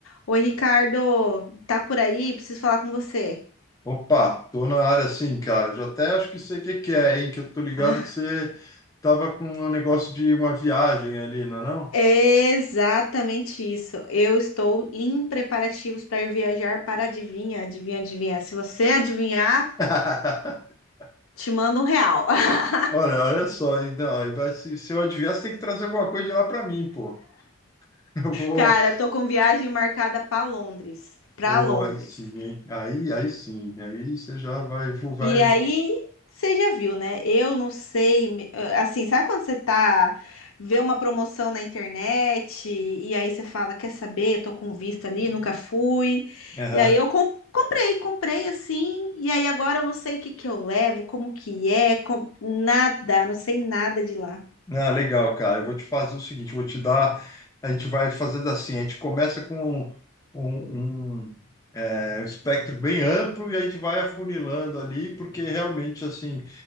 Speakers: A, on the left; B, on the left.
A: Oi, Ricardo, tá por aí? Preciso falar com você.
B: Opa, tô na área sim, cara. Eu já até acho que sei o que que é, hein? Que eu tô ligado
A: <laughs>
B: que você
A: Ah,
B: tava com um negócio de uma viagem ali, não é não?
A: É Exatamente isso. Eu estou em preparativos para ir viajar para adivinha, adivinha, adivinha. Se você adivinhar,
B: <laughs>
A: te mando um real. <laughs>
B: Olha, olha só, então, aí vai, se, se eu adivinhar, você tem que trazer alguma coisa de lá para mim, pô. <laughs> Eu vou.
A: Cara, eu tô com viagem marcada para Londres, para
B: Ô,
A: Londres.
B: aí sim, hein? Aí, aí sim, aí você já vai, vai.
A: E aí, você já viu, né? Eu não sei, me- ah, assim, sabe quando você tá vê uma promoção na internet e aí você fala, quer saber? Tô com visto ali, nunca fui.
B: Aham.
A: E aí eu com- comprei, comprei assim, e aí agora eu não sei o que que eu levo, como que é, com- nada, não sei nada de lá.
B: Ah, legal, cara. Eu vou te fazer o seguinte, eu vou te dar. A gente vai fazendo assim, a gente começa com um, um, um, é, um espectro bem amplo e a gente vai afunilando ali, porque realmente assim,